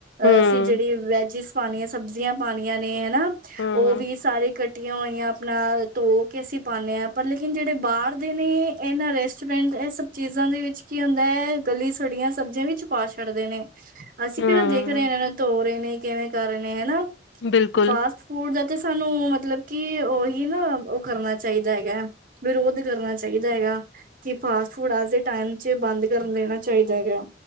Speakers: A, on the left; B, on the right.
A: ਹਮ
B: ਅਸੀ ਜੜੀ ਵੈਜਿਸ ਪਾਨੀਐ ਸਬਜ਼ੀਆਂ ਪਾਨੀਆਂ ਨੇ ਅਨਾ,
A: ਹਮ ਹਮ
B: ਓਵੀ ਸਾਰੇ ਕੱਟ ਟੀਆਂ ਓਈਆਂ ਅਪਨਾ ਤੋ ਕੇ ਅਸੀ ਪਾਨੇ ਆ, ਪਰ ਲੇਕਿਨ ਜੜੇ ਬਾਰ ਦੇ ਨੇ ਐਨਾ ਰੈਸਟੋਰੈਂਟ ਐ ਸੱਬ ਚੀਜ਼ਾਂ ਦੇ ਵਿੱਚ ਕੀ ਓਂਦੈ ਐ ਗਲੀ ਸੜੀਆਂ ਸਬਜ਼ੀਆਂ ਵਿੱਚ ਪਾ ਛੱਡਦੇ ਨੇ। ਅਸੀਂ
A: ਹਮ
B: ਕਿਹੜਾ ਦੇਖ ਰਹੇ ਆ ਇਹਨਾਂ ਨੂੰ ਧੋ ਰਹੇ ਨੇ, ਕਿਵੇਂ ਕਰ ਰਹੇ ਨੇ ਹਨਾ,
A: ਬਿਲਕੁਲ
B: ਫਾਸ ਫੂਡ ਦਾ ਤੇ ਸਾਨੂੰ ਮਤਲਬ ਕਿ ਉਹੀ ਨਾ ਉਹ ਕਰਨਾ ਚਾਹੀਦਾ ਹੈਗਾ ਐ। ਵਿਰੋਧ ਕਰਨਾ ਚਾਹੀਦਾ ਹੈਗਾ। ਕੀ ਫਾਸਟ ਫੂਡ ਅਜ ਦੇ ਟਾਈਮ ਚ ਬੰਦ ਕਰਨ ਦੇਣਾ ਚਾਹੀਦਾ ਹੈਗਾ।